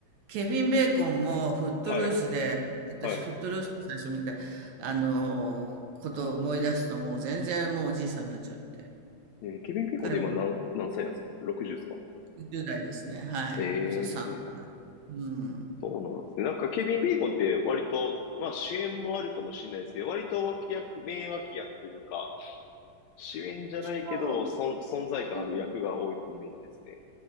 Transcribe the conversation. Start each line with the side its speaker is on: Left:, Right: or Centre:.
Right: ケビン・ベーコンもフットルースで、
Left: はい、
Right: 私フットルースで最初見た、
Left: はい。
Right: あの、ことを思い出すともう全然もうおじいさんになっちゃって。
Left: えーケビン・ビーコンって今何、
Right: 彼
Left: 何歳なんですか ?60 ですか
Right: 10代ですね。はい、
Left: ええー、
Right: 63ぐらいうん。
Left: そうなんですね。なんかケビン・ビーコンって割と、まあ主演もあるかもしれないですけど、割と脇役、名脇役というか、主演じゃないけど、
Right: そう、
Left: そん存在感ある役が多いってイメージですね。
Right: そう、